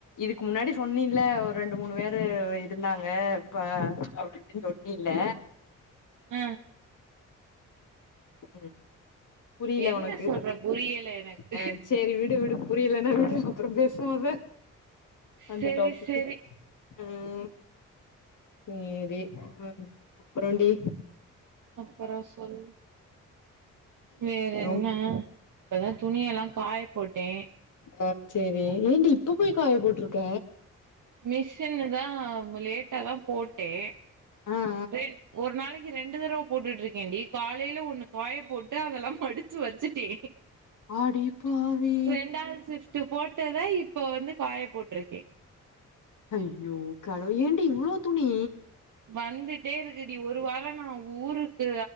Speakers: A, on the left; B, on the right.
A: க்கு முன்னாடி சொன்னீல்ல ஒரு ரெண்டு மூணு பேரு இருந்தாங்க இப்ப அப்டி இப்டின்னு சொண்ணில்ல
B: அ
A: <inaudible> புரியல
B: என்ன
A: உனக்கு
B: சொல்ற புரியல எனக்கு
A: ஆஹ் சேரி விடு விடு புரியலனா வி அப்புறம் பேசுவோம் அத அந்த
B: செரி
A: டாபிக்கு
B: செரி
A: உஹம் சேரி உம் அப்புறண்டி
B: அப்புறம் சொல் வேற
A: ரொம்
B: என்ன இப்பதான் துணிய எல்லாம் காய போட்டேன்
A: ஆஹ் சேரி ஏண்டி இப்ப போய் காய போட்டிருக்க
B: மிஷின்னுதா லேட்டாதா போட்டு
A: ஆ ஆ
B: ரேன் ஒரு நாளிக்கு ரெண்டு தடவ போட்டுட்டு இருக்கேன்டி காலையில ஒன்னு காய போட்டு அதெல்லாம் மடிச்சு வெச்சுட்டே
A: அடி பாவி
B: இண்டாவது ஷிப்ட் இப்ப போட்டத இப்ப வந்து காய போட்டிருக்க
A: ஐயோ கடவுளே ஏண்டி இவ்ளோ துணி
B: வந்துட்டே இருக்குடி ஒரு வாரம் நா ஊருக்கு